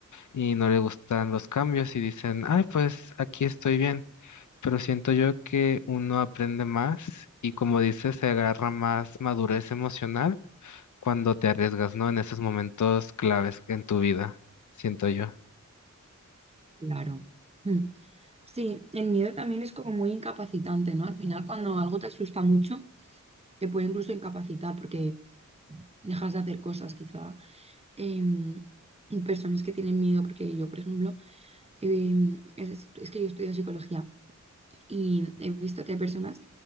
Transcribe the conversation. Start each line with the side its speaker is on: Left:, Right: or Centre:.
Left: y no les gustan los cambios y dicen, ay, pues aquí estoy bien. Pero siento yo que uno aprende más y como dices, se agarra más madurez emocional cuando te arriesgas, ¿no? En esos momentos claves en tu vida, siento yo.
Right: claro. mm. Sí, el miedo también es como muy incapacitante, ¿no? Al final cuando algo te asusta mucho, te puede incluso incapacitar porque dejas de hacer cosas quizá. Em, personas que tienen miedo, porque yo, por ejemplo, em, es, es que yo estudio psicología. Y he visto que hay personas